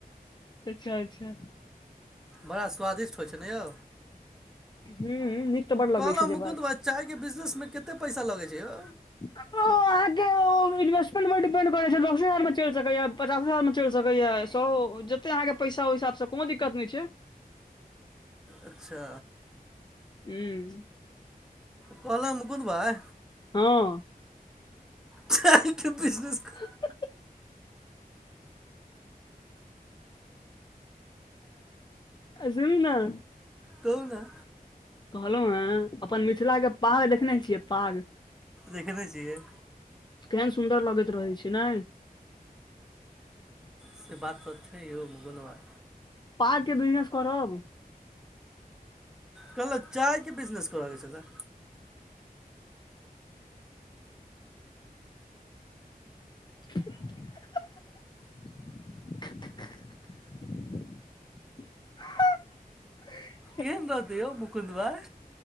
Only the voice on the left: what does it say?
अच्छा -अच्छा।
हूँ नीक तऽ बड़ लगै
छै जे
बात
छै।
ओ आहाँके ओ इन्वस्टमेट मे डिपेंड करै छै दस हजार मे चैल सकैया पच दस हजार मे चैल सकैया सौ जते आहाँ के पैसा ओय हिसाब सँ कोनो दिक्कत नैय छैय।
हूँ।
हँ।
<unintelligible> एैय सुनु नऽ
कहलौ हेँ अपन मिथिलाके पाग देखने छियै पाग।
केहेन सुन्दर लगैत रहैय छै नै।
पाग के बिजनेस करब।
<inaudible> <inaudible>